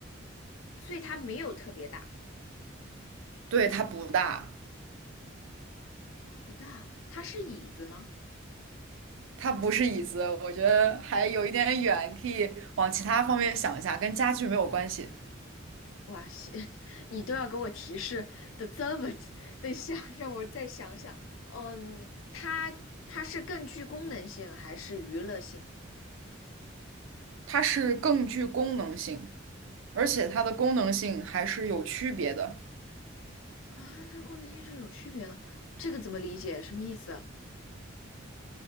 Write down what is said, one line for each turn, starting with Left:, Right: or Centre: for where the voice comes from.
Left: 所以它没有特别大，
Right: 对，它不大，
Left: 它不大，它是椅子吗？
Right: 它不是椅子，我觉得还有一点远，可以往其他方面想一下，跟家具没有关系。
Left: 哇塞，<laughs> 你都要给我提示的这么，等一下让我再想想。嗯，它它是更具功能性还是娱乐性
Right: 它是更具功能性，而且它的功能性还是有区别的。
Left: 啊？它功能性是有区别的，这个怎么理解？什么意思啊？